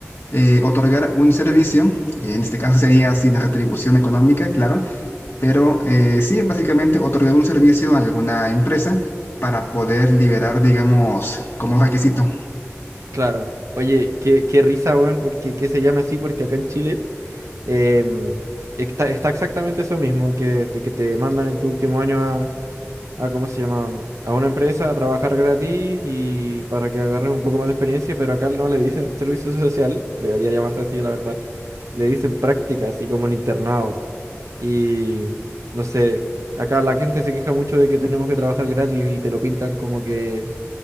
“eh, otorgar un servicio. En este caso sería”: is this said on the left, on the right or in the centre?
Left